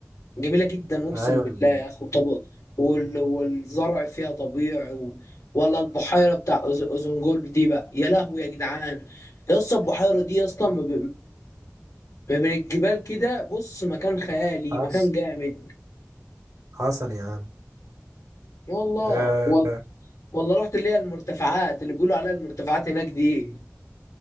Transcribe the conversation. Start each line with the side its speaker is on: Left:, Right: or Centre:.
Left: جميله جدا اقسم
Right: ايوه يا
Left: بالله
Right: عم.
Left: يا اخي وطب وال... والزرع فيها طبيعي و... ولا البحيره بتاع أوز- اوزنجول دي بقى يا لهوي يا جدعان يا اسطى البحيره دي اصلا فمن الجبال كده بص مكان خيالي
Right: حصل
Left: مكان جامد
Right: حصل يا عم
Left: والله
Right: آه،
Left: وال... والله رحت اللي هي المرتفعات اللي بيقولوا عليها المرتفعات هناك دي